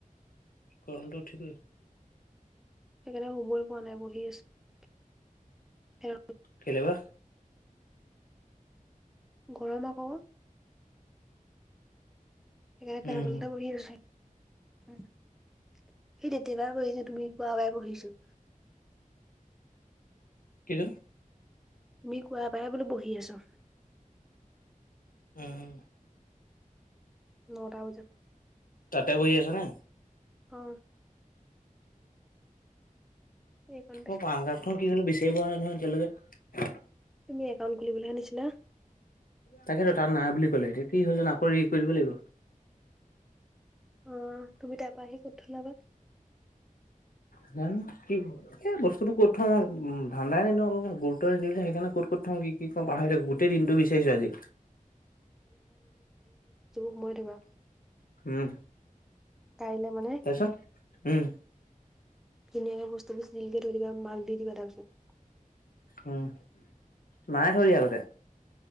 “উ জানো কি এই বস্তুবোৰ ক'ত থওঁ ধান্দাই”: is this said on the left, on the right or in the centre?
Left